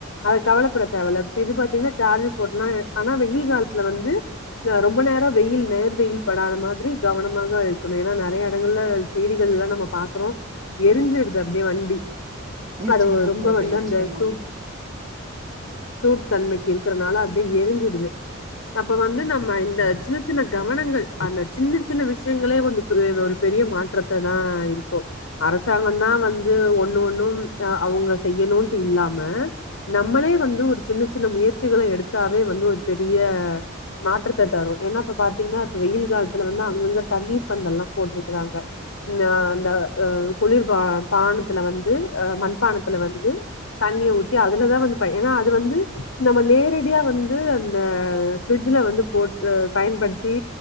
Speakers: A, on the left; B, on the right.
A: அது கவலைப்பட தேவல இப்ப இது பாத்திங்னா சார்ஜ் போட்டனா ஆனா வெயில் காலத்துல வந்து அ ரொம்ப நேரோ வெயில் நேர் வெயில் படாத மாதிரி கவனமாக வைக்கணு ஏன்னா நறைய எடங்கள்ல செய்திகள்லா நம்ம பாக்கறோ எருஞ்சுடுது அப்டியே வண்டி
B: நிச்சயமா
A: அது ரொம்ப
B: தோழி
A: வந்து
B: நிச்சயமா
A: அந்த சூட் சூட்டு தன்மைக்கு இருக்கறனால அத்வே எரிஞ்சிடுது அப்ப வந்து நம்ம இந்த சின்ன சின்ன கவனங்கள் அந்த சின்ன சின்ன விஷ்யங்களே வந்து க்கு ஒரு பெரிய மாற்றத்ததா இருக்கு அரசாங்கொந்தா வந் து ஒன்னு ஒன்னும் அ அவுங்க செய்யணுன்டு இல்லாம நம்மளே வந்து ஒரு சின்ன சின்ன முயற்சிகள எடுத்தாவே வந்து ஒரு பெரிய மாற்றத்த தரு ஏன்னா இப்ப பாத்திங்ன்னா இப்ப வெயில் காலத்துல வந்து அங்கங்க தண்ணீர் பந்தல்லா போட்ருக்குறாங்க ந்த அந்த அ குளிர்ப பானத்துல வந்து அ மண்பானத்துல வந்து தண்ணிய ஊத்தி அதுலதா வந்துப்ப ஏன்னா அது வந்து நம்ம நேரடியா வந்து அந்த ஃபிரிட்ஜ்ல வந்து போட் பயன்படுத்தி